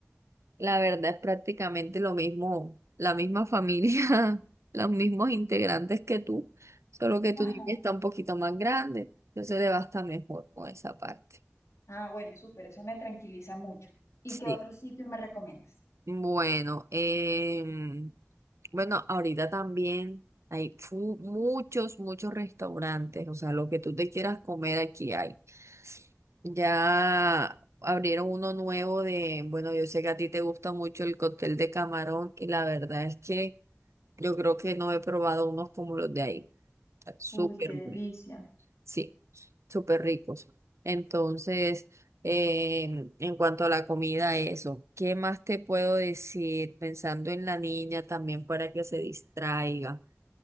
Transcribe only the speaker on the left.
<laughs>
Ah, bueno, súper, eso me tranquiliza mucho. ¿Y
qué otro sitio me recomiendas?
Uy, qué
delicia.